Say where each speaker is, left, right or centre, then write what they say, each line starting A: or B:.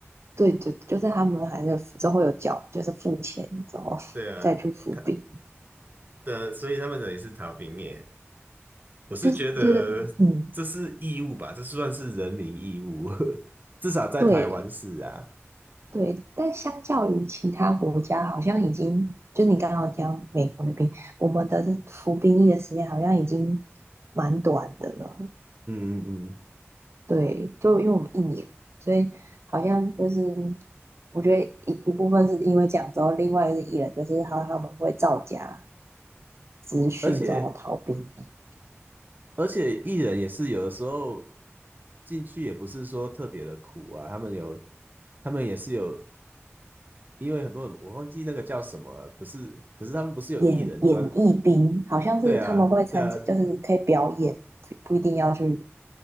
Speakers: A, on the right; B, on the right.
A: 对对，就是他们还是之后有缴，就是付钱之后
B: 对啊，
A: <laughs> 再去服役。
B: 他的，所以他们等于是逃兵役。我是觉得这是义务吧？
A: 就是觉得嗯，
B: 这算是人民义务，<laughs> 至少在台湾是啊。
A: 对对，但相较于其他国家，好像已经就是你刚刚讲美国那边，我们的这服兵役的时间好像已经蛮短的了，
B: 嗯嗯嗯，
A: 对，就因为我们一年，所以好像就是我觉得一一部分是因为这样之后，另外一个是艺人，就是好像他们会造假资讯然后逃兵役
B: 而且而且艺人也是有的时候进去也不是说特别的苦啊，他们有他们也是有，因为很多人我忘记那个叫什么了，不是，可是他们不是有艺人专
A: 演演艺兵，好像是他们会参加，
B: 对啊，对啊，
A: 就是可以表演，不不一定要去。